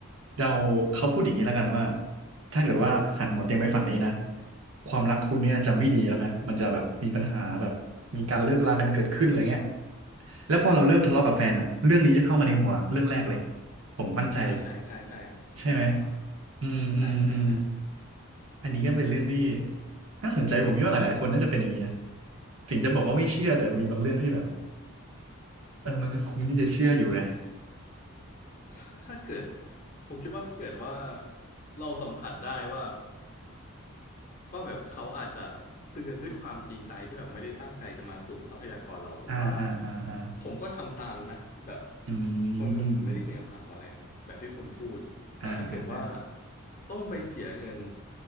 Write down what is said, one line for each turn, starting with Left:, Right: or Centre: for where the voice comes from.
Right: เราเขาพูดอย่างนี้แล้วกันว่าถ้าเกิดว่าหันหัวเตียงไปฝั่งนี้นะความรักคุณเนี่ยจะไม่ดีแล้วนะมันจะแบบมีปัญหาแบบมีการเลิกลากันเกิดขึ้นอะไรเงี้ยแล้วพอเราเริ่มทะเลาะกับแฟนอ่ะเรื่องนี้จะเข้ามาในหัวเรื่องแรกเลย
Left: อ่า
Right: ผมมั่นใจเลย
Left: อ่าใช่ใช่ใช่
Right: ใช่ไหม
Left: ใช่ครับ
Right: อืมอืมอืม
Left: ใช่ใช่ใช่
Right: อันนี้ก็เป็นเรื่องที่น่าสนใจผมคิดว่าหลายๆ คนน่าจะเป็นอย่างเงี้ยถึงจะบอกว่าไม่เชื่อแต่มีบางเรื่องที่แบบเออมันก็คุ้มที่จะเชื่ออยู่นะ
Left: ถ้าถ้าเกิดผมคิดว่าถ้าเกิดว่าเราสัมผัสได้ว่า ว่าแบบเขาอาจจะเตือนด้วยความจริงใจที่แบบไม่ได้ตั้งใจจะมาสูบทรัพยากรเราผมว่า
Right: อ่าอ่าอ่าอ่า
Left: ผมก็ทำตามนะแบบ
Right: อื
Left: มันมันไม่ได้เหนือบ่ากว่าแรงแบบที่คุณพูดแต่ถ้าเกิดว่า
Right: มอ่าอ่าอ่า
Left: ต้องไปเสียเงิน